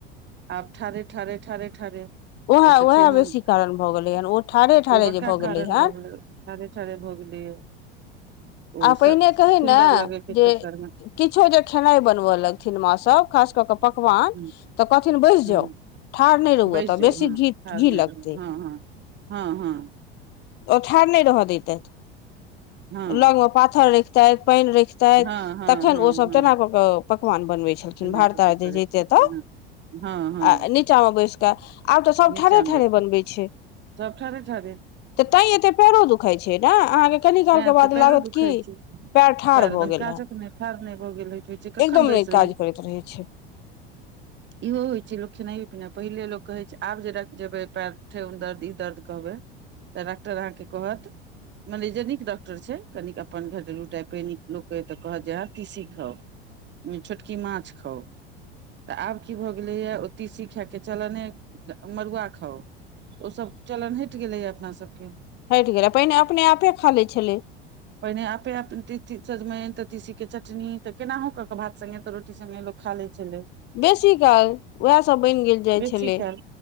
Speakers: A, on the right (about 35°); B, on the left (about 35°).
A: आब ठरे ठरे ठरे ठरे
B: उएह
A: एहिस
B: उएह
A: ठेहुन
B: बेसी कारण भऽ गेलै हन ओ ठाढ़े ठाढ़े
A: ओ बड़का
B: जे भऽ
A: कारण
B: गेलै हन
A: भऽ गेलै। ठारे ठारे भऽ गेलेय ओ
B: आ पहिने
A: स सुन्दर
B: कहै ने
A: लगे के
B: जे
A: चक्कर मे
B: किछो जे खेनाइ बनबय लगथिन माँसभ खास कऽ कऽ पकवान
A: ह
B: तऽ कहथिन बैसि
A: ह
B: जाउ ठाढ़ नय रहु
A: बैस
B: आ एतऽ
A: जाउ
B: बेसी
A: हँ
B: घी
A: ठाढ़
B: घी
A: नहि
B: लगतै।
A: रहू हँ हँ हँ
B: ओ ठाढ़ नय रहऽ दैतैथ
A: हँ
B: लऽग मे पाथर रैख तै पानि रखते
A: हँ हँ हँ
B: तखन
A: हँ
B: ओ सब
A: हँ
B: तना कऽ के पकवान बनबे छै। छलखिन
A: एना
B: भरताय
A: कऽ कऽ करै
B: जे जे
A: छलखिन
B: जेते तऽ
A: हँ हँ हँ
B: आ नीचा मे बैसि कऽ आब तऽ सभ
A: नीचामे
B: ठढ़े
A: बैठबै
B: ठाढ़ बनबै छै।
A: सब ठड़े ठढ़े
B: तऽ तैं एतेक पेड़ो दुखाइ छै ने अहाँके कनि कालके
A: तें
B: बात
A: ते पैरो
B: लागत
A: दुखाइ
B: की
A: छै
B: पैर ठाढ़
A: एकदम
B: भऽ गेलहन
A: काजक नहि ठाढ़ नहि भऽ गेल होइत होइ छै कखन
B: एकदम
A: बैस
B: नय
A: रही
B: काज करैत रहै छै। <unintelligible>
A: इहो होइ छै लोक खेनाइयए पिनाइ पहिले लोक कहै छै आब जेर जेबै पएर ठेंघुन दर्द ई दर्द कहबै तऽ डॉक्टर अहाँकेँ कहत मने जे निक डॉक्टर छै कनिक अपन घरेलू टाइपेनिक लोकके तऽ कहत जे अहाॅं की सीखब छोटकी माछ खाउ तऽ आब की भऽ गेलैए ओ तीसी खाके चल ने आ मड़ुआ खाउ तऽ ओसभ चलन हटि गेलैए अपनासभके
B: हटि गेलै पहिने अपने आपे खा लैत छलै
A: पहिने आपे अपन तीती सजमनि तऽ तीसी के चटनी ते केनाहु कऽ के भात संगे त रोटी सगे लोक खा लै छलै।
B: बेसी काल उएहसभ बनि गेल जाइत
A: बेसी
B: छलै।
A: काल